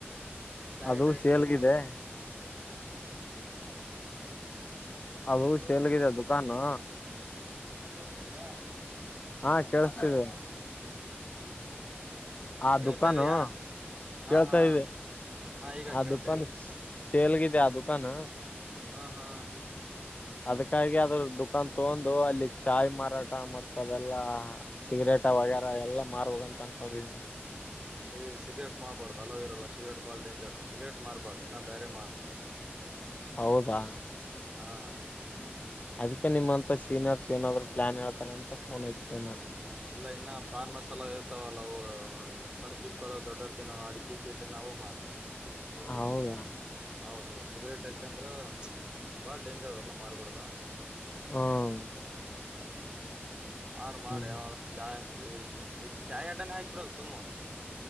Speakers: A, on the right; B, on the left.
A: ಚಾಯ್
B: ಅದು
A: ಅಡ್ಡ ಇಡ್ತೀರೇನು
B: ಸೇರಿದೆ
A: <inaudible>
B: ಅದು
A: ಹಲೋ
B: ಸೇಲ್ಗಿದೆ ಕಾಣು
A: ಕೆಳತ ಇದಯಾ
B: ಹಾ ಕೇೇಳಸ್ತೀವಿ ಆ
A: ಕೇಳ್ತಾ
B: ದುಕಾನ
A: ಇದಯಾ ಹಾ
B: ಕೇಳ್ತಾ
A: ಹಾ
B: ಇದೆ
A: ಹಾ ಈಗ
B: ಆ
A: ಕೇಳ್ತಾ
B: ದುಕಾನ್
A: ಇದೆಯಾ
B: ಸೇಲ್ಗಿದೆ ಆ ದುಕಾನ
A: ಹಾ ಹಾ
B: ಅದಕ್ಕಾಗಿ ಅದ್ರ ದುಖಾನ್ ತಗೊಂಡು ಅಲ್ಲಿ ಚಾಯ್ ಮಾರಾಟ ಮತ್ ಅದೆಲ್ಲಾ ಸಿಗರೇಟ ವಗೇರಾ ಎಲ್ಲಾ ಮಾರ್ ಹೋಗ ಅಂತ ಅನ್ಕೊಂಡಿದೀನಿ
A: ಏ್ ಸಿಗರೆಟ್ ಮಾಾರ್ಬಾಡ ಅಲೋವರಲ್ಲ ಸ ಸಿಗರೆಟ್ ಬಲ್ ಡೇಂಜರ್ ಸಗರೆಟ್ ಮಾರ್ಬಾಡುಏನ ಬೇರೆ ಮಾಾರು
B: ಹೌದಾ
A: ಹಾ
B: ಅದಕ್ಕೆ ನಿಮ್ಮಂತ ಸೀನಿಯರ್ಸ್ ಏನಾದ್ರು ಪ್ಲಾನ್ ಹೇಳ್ಾರ ಅಂತ ಫೋನ್ ಹಚ್ಚಿದನಾ
A: ಹ ಇಲ್ಲ ಇನ್ನ ಪಾನ್ ಮಸಾಲ ಇರ್ತಾವಲ್ಲ ಸಣ್ಣ ಚುಕ್ಕಳ ದೊಡ್ಡ ಇರ್ತ ಅಡಿಕಿ ಚ ನವು ಮಾರ
B: ಹೌದಾ
A: ಹೌದೌದು ಸಿಗರೇಟ್ ಯಾಕಂದ್ರ ಬಾಳ ಡೇಂಜರ್ ಎಲ್ಲ ಮಾರ್ಬಡ್ದ
B: ಹ್ಮ
A: ಹಾ ಮಾಡಿ ಮಾಡಿ
B: ಹ್ಮ್
A: ಯ ಚ ಚಾಯ್ ಆಟನೇ ಹಾಕ್ಿಬಿಡಲ್ಲ ಸುಮ್ಮನೆ